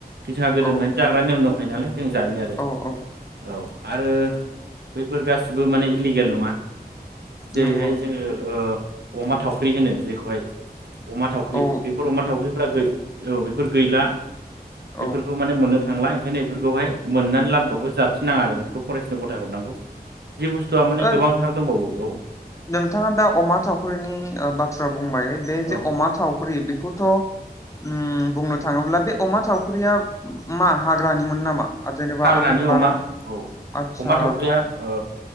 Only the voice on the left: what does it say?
औ
औ औ
नंगौ नंगौ
औ
औ
ओ
नोंथाङा दा अमा थावख्रिनि ओ बाथ्रा बुंबाय बे जे
अमा थावख्रि बेखौथ' उम बुंनो थाङोब्ला बे अमा थावख्रिया मा हाग्रानिमोन नामा जेनेबा
आं
बारा
आदसा